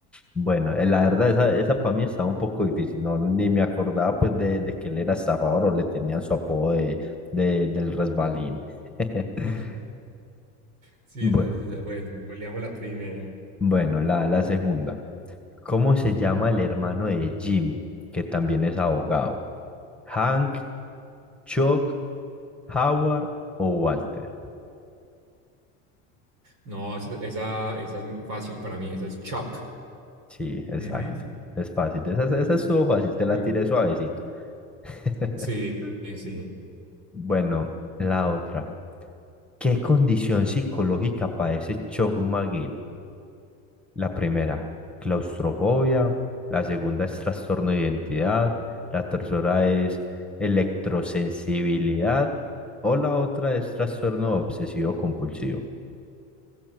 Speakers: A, in the centre; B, on the right.
A: Bueno, eh, la verdad, esa, esa para mí estaba un poco difícil. No, ni me acordaba pues de, de que él era estafador o le tenían su apodo de, de- del resbalín. <laughs>
B: <laughs> Sí,
A: Bue-
B: esa-
A: Bueno,
B: sí, esa- bueno, goleamos la primera.
A: Bueno, la, la segunda. ¿Cómo se llama el hermano de Jimmy, que también es abogado? ¿Hank, Chuck, Howard o Walter?
B: No, esa, esa, esa es fácil para mí, esa es Chuck.
A: Sí, exacto.
B: Ujú,
A: Es fácil. Esa,
B: ujú,
A: esa estuvo fácil, te
B: muy
A: la tiré
B: bien.
A: suavecita. <laughs>
B: Sí, sí. sí.
A: Bueno, la otra. ¿Qué condición psicológica padece Chuck McGill? La primera, claustrofobia. La segunda es trastorno de identidad. La tercera es electrosensibilidad. O la otra es trastorno obsesivo compulsivo.